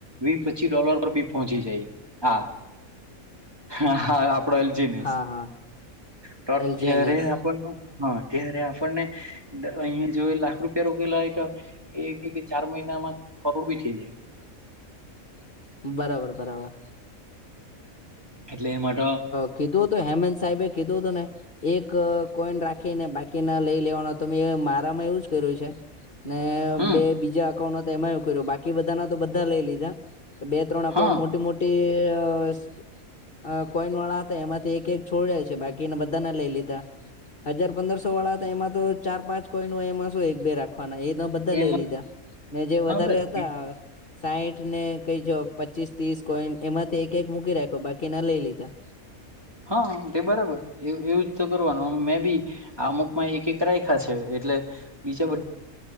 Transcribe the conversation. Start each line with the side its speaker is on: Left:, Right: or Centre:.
Right: વીસ પચી ડોલર નો બી પહોંચી જાય હા. હ આપડો એલ જી નેસ
Left: હા હા
Right: તો અત્યારે
Left: એલજીએનએસ
Right: આપણ નો હા ત્યારે આપણને અહીયાં જો લાખ રૂપિયા રોકેલા હોય તો એક ચાર મહિના એના માં કરોર બી થઈ જાય.
Left: <inaudible> બરાબર બરાબર
Right: એટલે એમાં તો
Left: <unintelligible> કીધું તો હેમંત સાહેબે કીધું હતું ને એક કોઈન રાખીને બાકીના લઈ લેવાનો તો મે મારામાં એવુંજ કર્યું છે. ને
Right: હમ
Left: બે બીજા એકાઉન્ટ તો એમાં એવ કર્યું બાકી બધાના તો બધા લઈ લીધા કે બે ત્રણ અકાઉન્ટ
Right: હા
Left: મોટી મોટી એ અ કોઈન વાળા હતા એમાંથી એક એક છોડ્યા છે બાકીના બધાના લઈ લીધા. હજાર પંદરસો વાળા હતા એમાં તો ચાર પાંચ કોઈન એમાં શું એક બે રાખ આન એ ના બધા
Right: એમાં
Left: લઈ લીધા ને જે વધારે
Right: હા બસ
Left: હતા સાઇઠ ને કઈ જો પચીસ ત્રીસ કોઈન એમાંથી એક એક મૂકી રાખો બાકીના લઈ લીધા.
Right: હા તે બરાબર એ એવું જ તો કરવાનું મેં બી અમુકમાં એક એક રાયખા છે. એટલે બીજા બધ